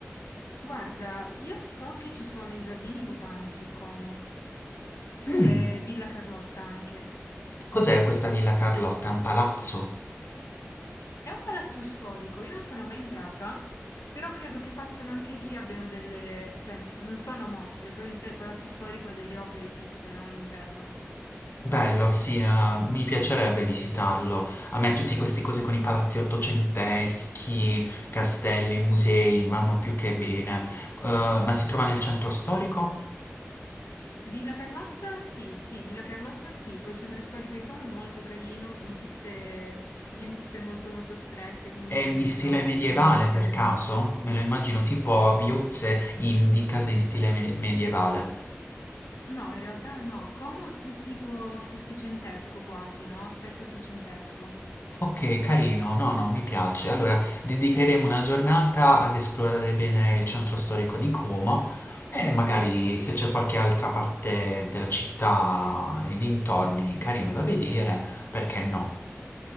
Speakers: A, on the left; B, on the left.
A: Guarda, io so che ci sono i giardini botanici a Como,
B: Mm,
A: c'è Villa Carlotta anche.
B: cos'è questa Villa Carlotta? È un palazzo?
A: È un palazzo storico, io non sono mai entrata, però credo che facciano anche lì, abbiano delle, cioè, non sono mostre, però in sé il palazzo storico ha delle opere fisse, no, all'interno.
B: Bello, sì, eh, mi piacerebbe visitarlo. A me tutte queste cose con i palazzi ottocenteschi, castelli, musei, vanno più che bene. Eh, ma si trova nel centro storico?
A: Villa Carlotta, sì, sì, Villa Carlotta, sì, poi il centro storico di Como è molto carino, sono tutte viuzze molto molto strette, comunque
B: È in
A: ombreggiate,
B: stile medievale
A: piacevole.
B: per caso? Me lo immagino tipo viuzze in- di case in stile me- medievale.
A: No, in realtà no, Como è più tipo settecentesco quasi, no? Sette-ottocentesco.
B: Ok, carino, no, no, mi piace. Allora, dedicheremo una giornata ad esplorare bene il centro storico di Como e magari se c'è qualche altra parte della città, nei dintorni, carino da vedere, perché no?